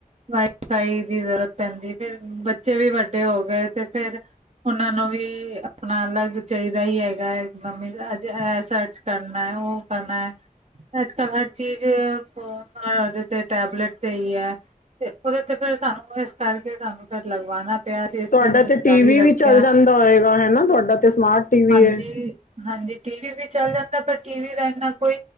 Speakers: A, on the right; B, on the left.
A: ਵਾਈਫਾਈ ਦੀ ਜ਼ਰੂਰਤ ਪੈਂਦੀ। ਫਿਰ ਬੱਚੇ ਵੀ ਵੱਡੇ ਹੋ ਗਏ। ਤੇ ਫੇਰ ਉਹਨਾਂ ਨੂੰ ਵੀ ਆਪਣਾ ਅਲੱਗ ਚਾਹੀਦਾ ਹੀ ਹੈਗਾ ਹੈ। ਮੰਮੀ ਅੱਜ ਇਹ ਸਰਚ ਕਰਨਾ, ਉਹ ਕਰਨਾ ਹੈ। ਅੱਜ ਕੱਲ੍ਹ ਹਰ ਚੀਜ਼ ਫੋ, ਉਹਦੇ ਤੇ ਟੈਬਲੇਟ ਤੇ ਹੀ ਹੈ। ਤੇ ਉਹਦੇ ਤੇ ਫਿਰ ਸਾਨੂੰ ਇਸ ਕਰਕੇ ਸਾਨੂੰ ਫਿਰ ਲਗਵਾਣਾ ਪਿਆ ਅਆ। ਇਸ
B: ਤੁਹਾਡਾ
A: ਚੀਜ਼ ਨੂੰ
B: ਤੇ ਟੀਵੀ
A: ਜਾਰੀ ਰੱਖਿਆ।
B: ਵੀ ਚੱਲ ਜਾਂਦਾ ਹੋਏਗਾ ਹਨਾ। ਤੁਹਾਡਾ ਤੇ ਸਮਾਰਟ ਟੀਵੀ
A: ਹਾਂਜੀ-
B: ਹੈ
A: ਹਾਂਜੀ ਟੀਵੀ ਵੀ ਚੱਲ ਜਾਂਦਾ ਪਰ ਟੀ ਵੀ ਦਾ ਇੰਨਾ ਕੋਈ